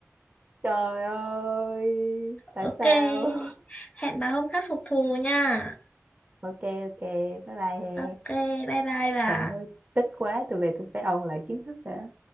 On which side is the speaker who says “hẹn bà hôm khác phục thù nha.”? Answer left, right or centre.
Left